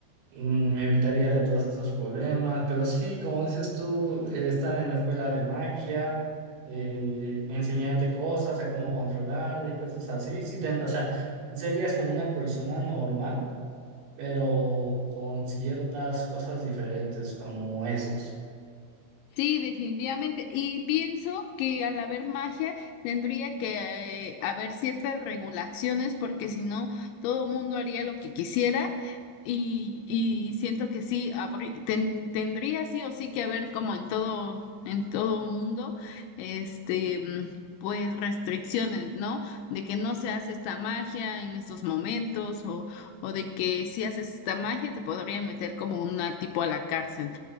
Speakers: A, on the right; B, on the left.
A: mm, me evitaría de todos esos problemas, pero sí, como dices tú, eh, estar en la escuela de magia, eh, enseñarte cosas, a cómo controlarla y cosas así, sí, ten- o sea, serías como una persona normal, pero con ciertas cosas diferentes como esos.
B: Sí, definitivamente. Y pienso que al haber magia tendría que eh, haber ciertas regulaciones porque si no, todo mundo haría lo que quisiera y, y siento que sí, habrí- ten- tendría sí o sí que haber como en todo, en todo mundo, este, mm, pues restricciones, ¿no? De que no se hace esta magia en estos momentos o, o de que si haces esta magia te podrían meter como una tipo a la cárcel.